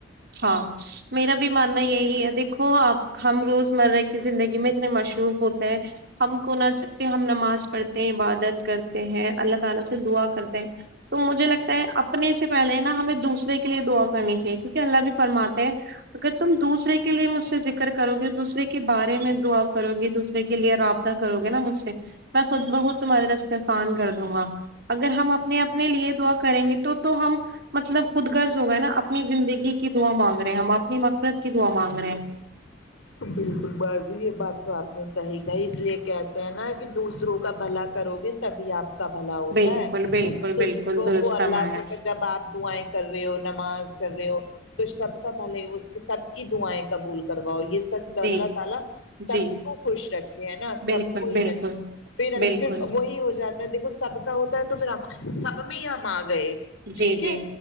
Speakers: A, on the right (about 55°); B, on the left (about 85°).
A: ہاں میرا بھی ماننا یہی ہے دیکھو آپ ہم روزمرہ کی زندگی میں اتنے مشروب ہوتے ہیں ہم کو نہ جب پہ ہم نماز پڑھتے ہیں عبادت کرتے ہیں اللہ تعالی سے دعا کرتے ہیں تو مجھے لگتا ہے اپنے سے پہلے نا ہمیں دوسرے کے لیے دعا کرنی چاہے کیونکہ اللہ بھی فرماتے ہیں اگر تم دوسرے کے لیے مجھ سے ذکر کرو گے دوسرے کے بارے میں دعا کرو گی دوسرے کے لیے رابطہ کرو گے نا مجھ سے میں خود بہت تمہارے راستے اسان کر دوں گا اگر ہم اپنے اپنے لیے دعا کریں گے تو تو ہم مطلب خود گرض ہوگا نا اپنی زندگی کی دعا مانگ رہے ہم اپنی مقصد کی دعا مانگ رہے ہیں
B: بالکل بازی یہ بات تو آپ نے صحیح کہی اس لیے کہتے ہیں نا کہ دوسروں کا بھلا کرو گے تبھی آپ کا بھلا ہوتا
A: بالکل
B: ہے
A: بالکل بالکل
B: دسوروں
A: درست
B: کو اللہ
A: فرمایا
B: سے جب آپ دعیں کر رہے ہو نماز کر رہے ہو تو سب کا بھلے اس کے سب کی دعائیں قبول کرواؤ یہ اللہ
A: جی
B: تعالی سب
A: جی
B: کو خوش رکھے ہے نا
A: بالکل
B: سب کو ہی
A: بالکل
B: رکھ پھر
A: بالکل
B: پھر وہی ہو جاتا دیکھو سب کا ہوتا ہے تو پھر ہم سب میں ہی ہم آ گئے
A: جی
B: ٹھیک
A: جی
B: ہے